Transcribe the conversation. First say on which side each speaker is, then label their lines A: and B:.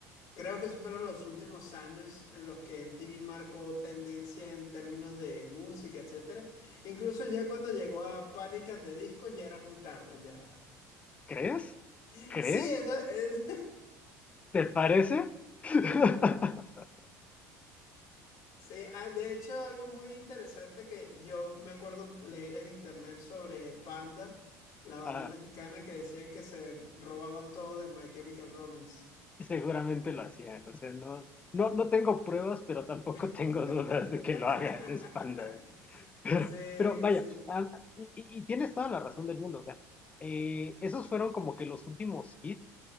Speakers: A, on the left (about 50°); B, on the left (about 15°).
A: creo que esos fueron los últimos años en los que MTV marcó tendencia en términos de música, etcétera. Incluso ya cuando llegó a Panic! at the Disco ya era muy tarde, ya.
B: ¿Crees?
A: <laughs>
B: ¿Crees?
A: Sí, eso, es.
B: ¿Te parece? <laughs>
A: Sí, ah, de hecho, algo muy interesante que yo me acuerdo leer en internet sobre Panda, la banda
B: Ah,
A: mexicana que decían que se robaban todo de My Chemical Romance.
B: y seguramente lo hacían, o sea, no, no, no tengo pruebas, pero tampoco
A: <laughs>
B: <laughs> tengo dudas de que lo hagan, es panda. Pero,
A: Sí,
B: pero vaya,
A: sí.
B: ah, y, y- y tienes toda la razón del mundo, o sea, eh, esos fueron como que los últimos hits.